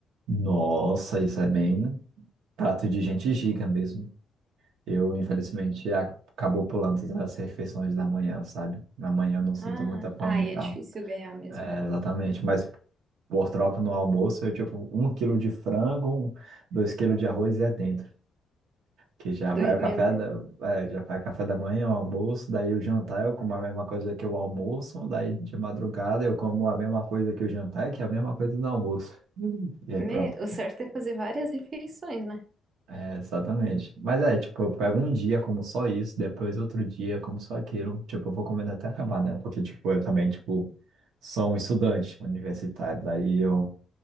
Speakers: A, on the right; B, on the right.
A: nossa, isso é bem prato de gente giga mesmo. Eu, infelizmente, ac- acabou pulando as refeições da manhã, sabe? Na manhã eu não sinto
B: Ah,
A: muita fome
B: ai,
A: e tal.
B: é difícil ganhar mesmo.
A: É, exatamente. Mas por troca no almoço, eu tipo, um quilo de frango, um- dois quilos de arroz e é dentro. Que já
B: Dois,
A: vai o café
B: meu Deus.
A: da, é, já vai o café da manhã, o almoço, daí o jantar eu como a mesma coisa que o almoço, daí de madrugada eu como a mesma coisa que o jantar, que é a mesma coisa do almoço. Hum. E aí
B: Me-
A: pronto.
B: o certo é fazer várias refeições, né?
A: É, exatamente. Mas é, tipo, eu pego um dia como só isso, depois outro dia como só aquilo. Tipo, eu vou comendo até acabar, né? Porque, tipo, eu também, tipo, sou um estudante universitário. Daí eu,